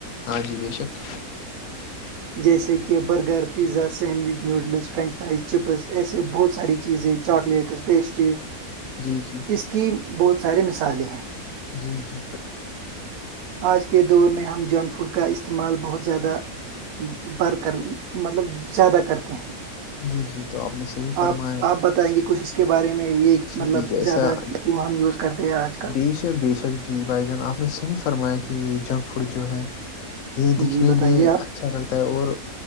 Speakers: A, on the left (about 65°); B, on the right (about 75°).
A: ہاں جی بے شک
B: جیسے کہ burger pizza sandwich noodles French fries chips ایسے بہت ساری چیزیں چاکلیٹس پیسٹریز
A: جی جی
B: اس کی بہت سارے مثالیں ہیں
A: جی جی
B: آج کے دور میں ہم جنک فوڈ کا استعمال بہت زیادہ بر کر مطلب زیادہ کرتے ہیں
A: جی جی تو آپ نے صحیح فرمایا
B: آپ آپ بتائیں گے کچھ اس کے بارے میں یہ
A: جی
B: مطلب
A: جیسا
B: زیادہ کہ وہ ہم یوز کرتے ہیں آج کل
A: بے شک بے شک جی بھائی جان آپ نے صح فرمایا کہ جنک فوڈ جو ہے یہ دکھنے
B: جی بتائیے
A: میں
B: آپ
A: اچھا لگتا ہے اور